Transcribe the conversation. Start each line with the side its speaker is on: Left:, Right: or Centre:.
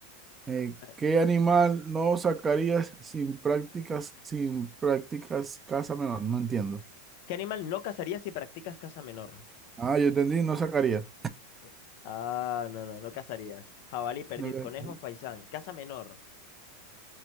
Right: Eh,
Left: Eh,
Right: ¿qué animal no sacarías sin prácticas, sin prácticas caza menor? No entiendo.
Left: ¿Qué animal no cazarías si practicas caza menor?
Right: Ah, yo entendí, no sacaría.
Left: Eh, Ah, no, no, no cazarías. Jabalí, perdiz,
Right: Eh,
Left: conejo, faisán. Caza menor.